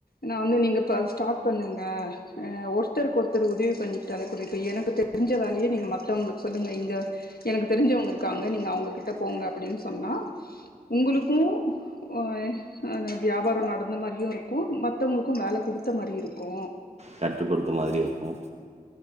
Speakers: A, on the left; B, on the right.
A: நா வந்து நீங்க இப்ப ஸ்டார்ட் பண்ணுங்க அ ஒருத்தருக்கு ஒருத்தர் உதவி பண்ணிக்டாளே போது இப்ப எனக்கு தெரிஞ்ச வேலைய நீங்க மத்தவங்களுக்கு சொல்லுங்க இங்க எனக்கு தெரிஞ்சவங்க இருக்காங்க நீங்க அவுங்க கிட்ட போங்க அப்டின் சொன்னா உங்குளுக்கு அது அப்டி வியாபார நடந்த மாரியு இருக்கு மத்தவுங்களுக்கு வேல குட்த்த மாரி இருக்கு
B: கற்று கொடுத்த மாதிரி இருக்கு